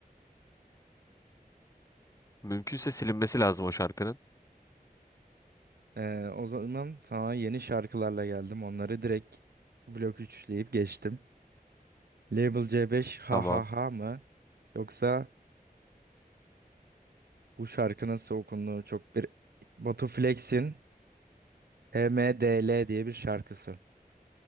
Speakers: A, on the left; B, on the right.
A: Mümkünse silinmesi lazım o şarkının.
B: Ee, o zaman sana yeni şarkılarla geldim. Onları direkt blok üçleyip geçtim. Label C5 ha
A: Tamam.
B: ha ha mı? Yoksa bu şarkı nasıl okunduğu çok bir Batu Flex'in H M D L diye bir şarkısı.